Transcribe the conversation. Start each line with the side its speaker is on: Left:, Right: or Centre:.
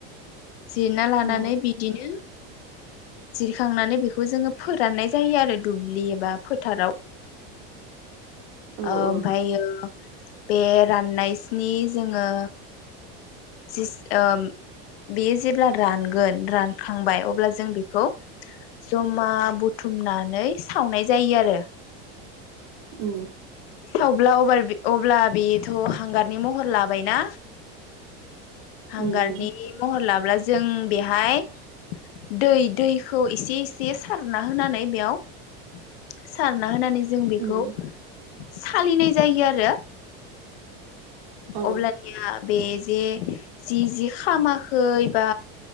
Left: जिरना लानानै
Right: औ
Left: बिदिनो जिरखांनानै बेखौ जोङो फोराननाय जायो आरो दुब्लि एबा फोथाराव
Right: औ
Left: आ ओमफायो
Right: औ
Left: बे राननायसनि जोङो जिस ओम बेयो जेब्ला रानगोन रानखांबाय अब्ला जों बेखौ जमा बुथुमनानै सावनाय जायो आरो
Right: उ
Left: थावब्ला अब्ला बेथ' हांगारनि महर लाबायनाा हांगारनि
Right: उम उम
Left: महल्ला <unintelligible> जों बेखौ
Right: उम
Left: सालिनाय जायो आरो
Right: औ
Left: अबब्ला नया बेज जे जि जि खामाखै बा